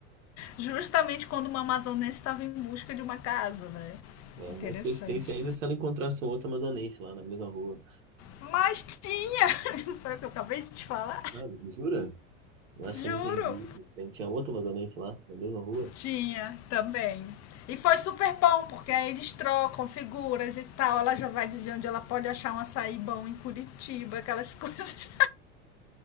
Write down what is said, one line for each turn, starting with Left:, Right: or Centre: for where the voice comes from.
Left: Justamente quando uma amazonense estava em busca de uma casa, né? Interessante.
Right: Mais coincidência ainda se ela encontrasse um outro amazonense lá na mesma rua.
Left: Mas tinha! <laughs> Não foi o que eu acabei de te falar?
Right: Ah, jura? Eu acho que
Left: Juro!
Right: eu não entendi. Tem- Tinha outro amazonense lá na mesma rua.
Left: Tinha também. E foi super bom, porque aí eles trocam figuras e tal. Ela já vai dizer onde ela pode achar um açaí bom em Curitiba, aquelas <laughs> coisas